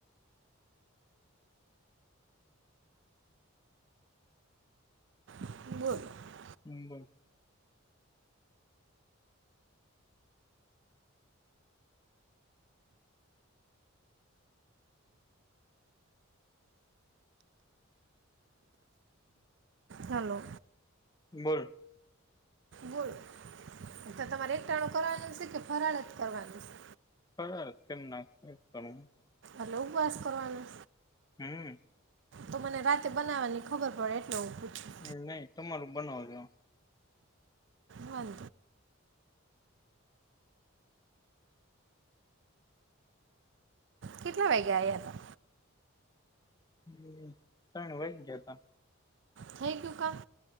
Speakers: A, on the right (about 55°); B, on the left (about 20°).
A: <unintelligible>
B: હં બોલ.
A: હાલો
B: બોલ.
A: બોલ તો તમારે એકટાણું કરવાનું છે કે ફરાળ જ કરવાનું છે?
B: ફરાળ <unintelligible>
A: <unintelligible> ઉપવાસ કરવાનો?
B: હં
A: તો મને રાતે બનાવવાની ખબર પડે એટલે પૂછું
B: એવું નહી તમારૂ બનાવજો.
A: હં કેટલા વાગે આયા?
B: <unintelligible> ત્રણ વાગી ગયા તા.
A: થઈ ગયુ કામ?